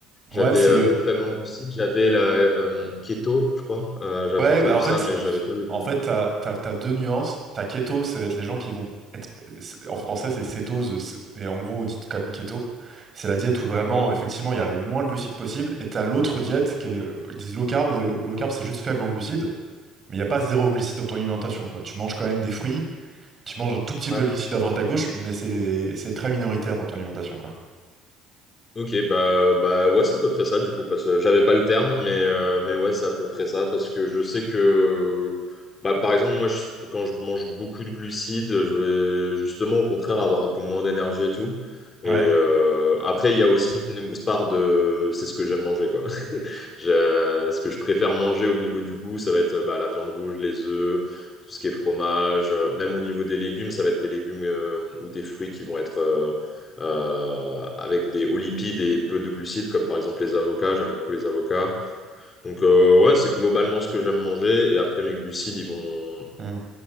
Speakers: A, on the left; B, on the right.
A: J'avais
B: Ouais, c'est
A: euh,
B: le,
A: pour faible glucide, j'avais la euh, keto, je crois. Euh, j'avais
B: Ouais,
A: entendu
B: bah en
A: ça,
B: fait,
A: mais j'avais pas le
B: en
A: mot.
B: fait, t'as, t'as, t'as deux nuances. T'as keto, ça va être les gens qui vont être, c'est- en français, c'est cétose, c'est- mais en gros, on dit quand même keto. C'est la diète où vraiment,
A: Mhm.
B: effectivement, il y a le moins de glucides possible. Et t'as l'autre diète qui est, euh, ils disent low carb, mais low, low carb, c'est juste faible en glucides. Mais il n'y a pas zéro glucides dans ton alimentation, quoi. Tu manges quand même des fruits, tu manges un tout petit
A: Ouais.
B: peu de glucides à droite à gauche, mais c'est, c'est très minoritaire dans ton alimentation, quoi.
A: Ok, bah, bah ouais, c'est à peu près ça du coup, parce que j'avais pas le terme, mais, euh, mais ouais, c'est à peu près ça, parce que je sais que, bah, par exemple, moi, je- quand je mange beaucoup de glucides, je vais justement au contraire avoir un peu moins d'énergie et tout. Et
B: Ouais.
A: euh, après, il y a aussi une grosse part de, c'est ce que j'aime manger, quoi. <laughs> Je- ce que je préfère manger au niveau du goût, ça va être bah, la viande rouge, les œufs, tout ce qui est fromage, euh, même au niveau des légumes, ça va être des légumes euh, ou des fruits qui vont être euh, euh, avec des hauts lipides et peu de glucides, comme par exemple les avocats. J'aime beaucoup les avocats. Donc euh, ouais, c'est globalement ce que j'aime manger. Et après, mes glucides, ils vont,
B: Hmm.